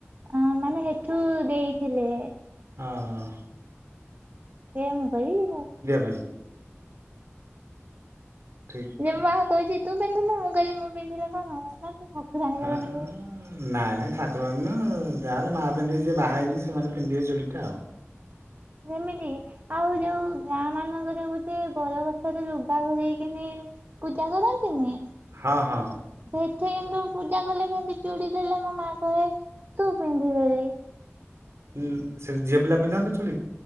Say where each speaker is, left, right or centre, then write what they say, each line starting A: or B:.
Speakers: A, on the right; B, on the right.
A: ଅ ମାନେ ହେଠୁ ଦେଇଥିଲେ
B: ହଁ ହଁ।
A: ସେଇଆ ମୁଁ କହିବି ହଁ।
B: ପାଇଁ ଠିକ୍
A: ଯେ
B: କଥା
A: ମୁଁ ବାହା କହୁଛି ତୁ ପିନ୍ଧୁନୁ ମୁଁ କହିଲି ମୁଁ ପିନ୍ଧିଲେ କଣ ହବ ନା ତୁ ଠାକୁରାଣୀଙ୍କର
B: ହଁ
A: ପିନ୍ଧିବୁ।
B: ନାଇଁ ନାଇଁ ଠାକୁର ନା ଯାହାହେଲେ ମା ପିନ୍ଧିକି ଯିଏ ବାହା ହେଇଛନ୍ତି ସେମାନେ ପିନ୍ଧିବେ ଚୁଡିଟା ଆଉ।
A: ଯେମିତି ଆଉ ଯୋଉ ଗାଁ ମାନଙ୍କରେ ଗୋଟେ ବରଗଛରେ ଲୁଗା ଘୁରେଇକିନି ପୂଜା କରନ୍ତିନି?
B: ହଁ ହଁ।
A: ଏଠି କିନ୍ତୁ ପୂଜା କଲେ କେମତି ଚୁଡ଼ି ଦେଲେ ମୋ ମା କହେ ତୁ ପିନ୍ଧିବୋଲି।
B: ହଁ ସେଠୀ ଝିଅ ପିଲା ପିନ୍ଧନ୍ତି ଚୁଡ଼ି?